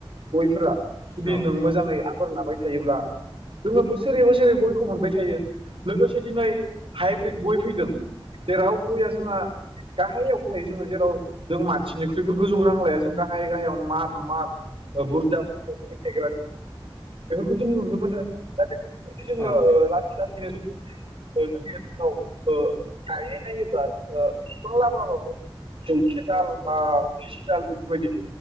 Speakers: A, on the right (about 65°); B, on the left (about 25°).
A: गयफोरा जुदि
B: औ
A: नों
B: औ
A: मोजाङै फोर लाबाय थायोब्ला जोङो बोसोरै बोसोरै गयखौ मोनबाय थायो। लोगोसे दिनै हाइब्रिद गय फैदों जेराव गयया जोंहा गाहायावनो थायो जोङो, जेराव जों मानसिनिख्रुइबो गोजौ नांलाया जों गाहायै गाहायावनो मार माल बुरजा थायग बेफोरखौ जों नुनो मोनो दा बे जोङो
B: औ
A: लासै जोंनि ओनसोलाव ओ गायनाय जायोब्ला जोङो बिफां लाबोबाबो जौसे दाल बा गुजि दाल बेफोरबायदि